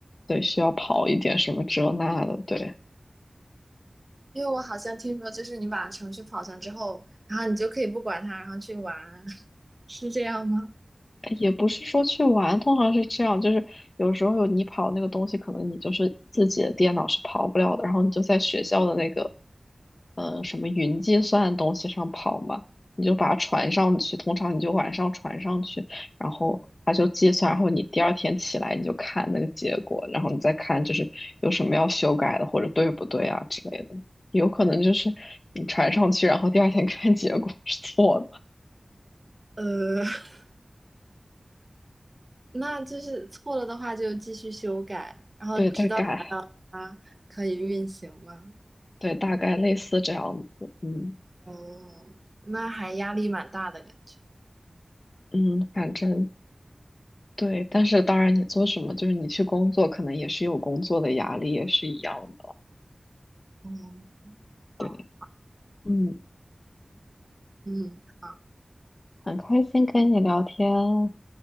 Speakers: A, on the left (about 50°); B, on the right (about 35°).
A: 对需要跑一点什么这那的，对，
B: 因为我好像听说，就是你把程序跑上之后，然后你就可以不管它，然后去玩，<laughs> 是这样吗？
A: 也不是说去玩，通常是这样，就是有时候你跑那个东西，可能你就是自己的电脑是跑不了的，然后你就在学校的那个，呃，什么云计算的东西上跑嘛，你就把它传上去，通常你就晚上传上去，然后它就计算，然后你第二天起来你就看那个结果，然后你再看就是有什么要修改的或者对不对啊之类的，有可能就是你传上去，然后第二天看结果是错的，
B: 呃，<laughs> 那就是错了的话就继续修改，然后直到
A: 对，再改。
B: 它可以运行吗？
A: 对，大概类似这样子，嗯
B: 哦，那还压力蛮大的感觉。
A: 嗯，反正对，但是当然，你做什么，就是你去工作，可能也是有工作的压力，也是一样的了。
B: 嗯，好，
A: 对，嗯，
B: 嗯，好，
A: 很开心跟你聊天，